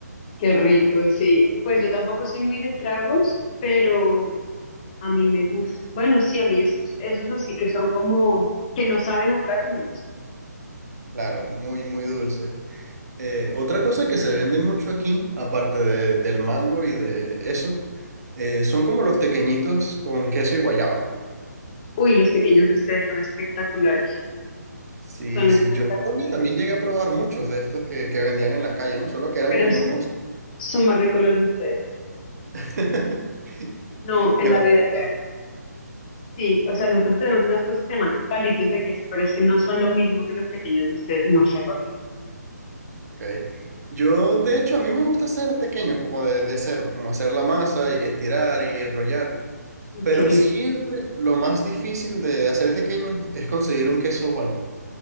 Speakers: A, on the left; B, on the right.
A: Qué rico, sí. Pues yo tampoco soy muy de tragos, pero a mí me gusta. Bueno, sí, a mí esos, esos así que son como, que no saben a trago me gustan.
B: Claro, muy, muy dulce. Eh, otra cosa que se vende mucho aquí, aparte de- del mango y de eso, eh, son como los tequeñitos con queso y guayaba.
A: Uy, los pequeños de ustedes son espectaculares,
B: Sí,
A: son espectaculares,
B: sí, yo en Colombia también llegué a probar muchos de estos que, que vendían en la calle, ¿no? Solo que eran
A: pero
B: como
A: s-
B: unos...
A: son más ricos los de ustedes.
B: <laughs>
A: No, en
B: Gracias,
A: la vida real.
B: gracias.
A: Sí, o sea, nosotros tenemos unas cosas que se llaman palitos de queso, pero es que no son lo mismo que los pequeños de ustedes, no sé por qué.
B: ok. Yo, de hecho, a mí me gusta hacer tequeños como de, de cero, como hacer la masa y estirar y enrollar. Pero
A: Qué rico.
B: siempre lo más difícil de, de hacer tequeños es conseguir un queso bueno.